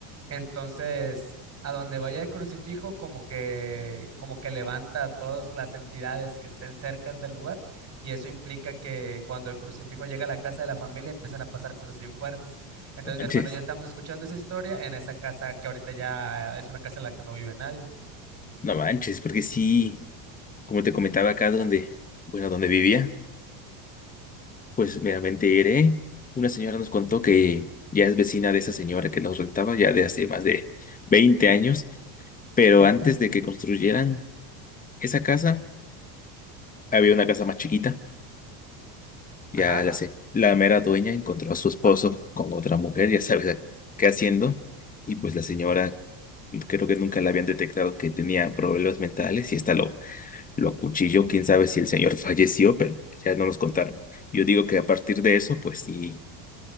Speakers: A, on the right; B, on the left.
A: Entonces, a donde vaya el crucifijo, como que, como que levanta a todas las entidades que estén cercas del lugar y eso implica que cuando el crucifijo llega a la casa de la familia empiezan a pasar cosas bien fuertes. Entonces
B: No
A: mi
B: manches,
A: hermano y yo estamos escuchando esa historia en esa casa que ahorita ya es una casa en la que no vive nadie.
B: no manches, porque sí, como te comentaba acá donde, bueno, donde vivía. Pues mira, me enteré. Una señora nos contó que ya es vecina de esa señora que nos rentaba ya de hace más de 20 años, pero antes de que construyeran esa casa, había una casa más chiquita. Ya
A: Ajá.
B: la sé. La mera dueña encontró a su esposo con otra mujer, ya sabes qué haciendo, y pues la señora creo que nunca la habían detectado que tenía problemas mentales y esta lo, lo acuchilló. Quién sabe si el señor falleció, pero ya no nos contaron. Yo digo que a partir de eso, pues sí